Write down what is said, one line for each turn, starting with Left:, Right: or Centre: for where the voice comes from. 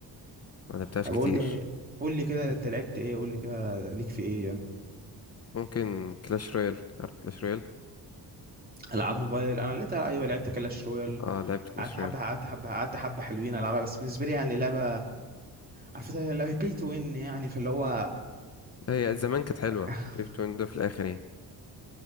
Left: ما لعبتهاش
Right: بقول
Left: كتير
Right: لي قول لي كده انت لعبت ايه قول لي كده ليك في ايه يعني
Left: ممكن كلاش رويال عارف كلاش رويال
Right: العاب موبايل انا لعبت ايوه لعبت كلاش رويال
Left: اه لعبت كلاش
Right: قعدت حبه
Left: رويال
Right: قعدت حبه قعدت حبه حلوين العبها بس بالنسبه لي يعني لعبه عارف اللي هي بي تو وين يعني فاللي هو
Left: هي زمان كانت حلوه
Right: <laughs>
Left: بيفت ويندو في الاخر يعني